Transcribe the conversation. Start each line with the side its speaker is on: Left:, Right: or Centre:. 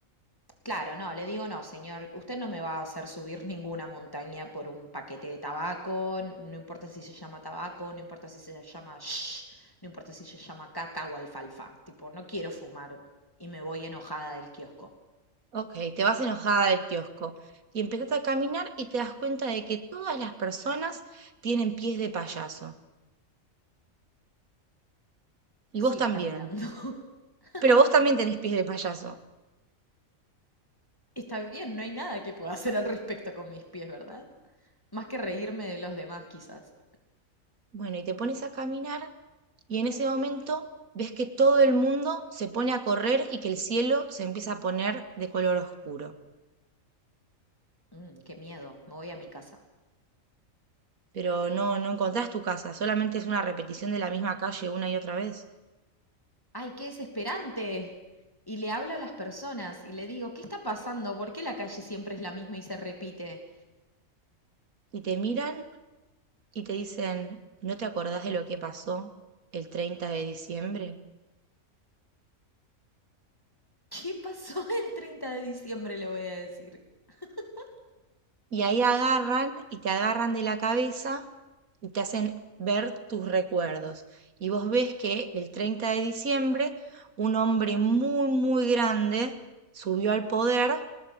Left: claro, no, le digo, no, señor, usted no me va a hacer subir ninguna montaña por un paquete de tabaco, n- no importa si se llama tabaco, no importa si se llama shh, no importa si se llama caca o alfalfa, tipo, no quiero fumar y me voy enojada del kiosco.
Right: Ok, te vas enojada del kiosco y empezás a caminar y te das cuenta de que todas las personas tienen pies de payaso y
Left: Sigo
Right: vos también,
Left: caminando. <laughs>
Right: pero vos también tenés pies de payaso.
Left: Está bien, no hay nada que pueda hacer al respecto con mis pies, ¿verdad? Más que reírme de los demás, quizás.
Right: Bueno, y te pones a caminar Y en ese momento ves que todo el mundo se pone a correr y que el cielo se empieza a poner de color oscuro.
Left: Mm, qué miedo, me voy a mi casa.
Right: Pero no, no encontrás tu casa, solamente es una repetición de la misma calle una y otra vez.
Left: ¡Ay, qué desesperante! Y le hablo a las personas y le digo, ¿qué está pasando? ¿Por qué la calle siempre es la misma y se repite?
Right: Y te miran y te dicen, ¿no te acordás de lo que pasó el treinta de diciembre?
Left: ¿Qué pasó <laughs> el 30 de diciembre? Le voy a decir. <laughs>
Right: Y ahí agarran y te agarran de la cabeza y te hacen ver tus recuerdos. Y vos ves que el 30 de diciembre un hombre muy, muy grande subió al poder